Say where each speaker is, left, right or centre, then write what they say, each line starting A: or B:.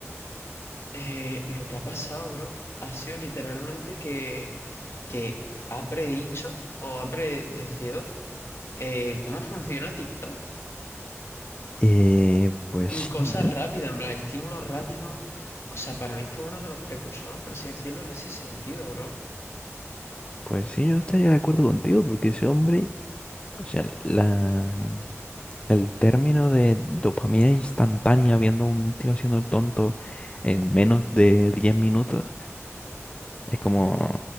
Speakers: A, on the left; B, on the left.
A: eh, lo que ha pasado, bro, ha sido literalmente que que ha predicho o ha predecido eh, cómo funciona TikTok
B: Eh, pues
A: y cosas
B: sí, ¿no?
A: rápidas, en plan, estímulos rápidos. O sea, para mí fue uno de los precursores, por así decirlo, en ese sentido, bro.
B: Pues sí, yo estaría de acuerdo contigo, porque ese hombre, o sea, la, el término de dopamina instantánea viendo a un tío haciendo el tonto en menos de 10 minutos, es como,